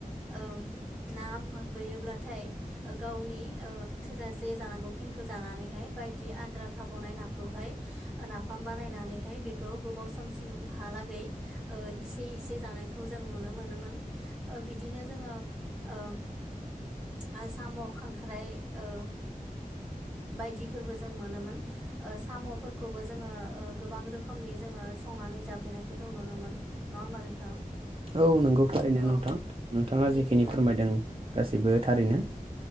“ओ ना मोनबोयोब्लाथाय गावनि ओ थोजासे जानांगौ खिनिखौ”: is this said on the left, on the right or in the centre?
Centre